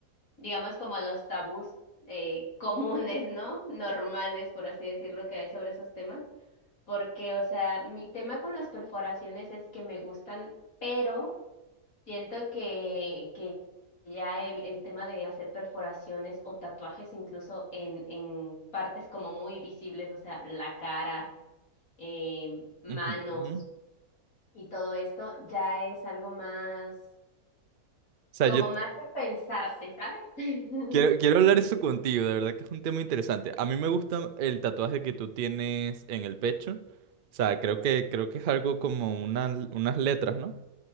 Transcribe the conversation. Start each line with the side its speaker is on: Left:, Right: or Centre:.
Left: digamos, como a los tabús eh, <laughs> comunes, ¿no? Normales, por así decirlo, que hay sobre esos temas, porque, o sea, mi tema con las perforaciones es que me gustan, pero... Siento que, que ya el, el tema de hacer perforaciones o tatuajes incluso en, en partes como muy visibles, o sea, la cara, em, manos
Right: Ujú. O
Left: y todo esto, ya es algo más,
Right: sea,
Left: como
Right: yo
Left: más de pensarse, ¿sabes? <laughs>
Right: quiero, quiero hablar eso contigo, de verdad que es un tema interesante. A mí me gusta el tatuaje que tú tienes en el pecho. O sea, creo que, creo que es algo como una- unas letras, ¿no?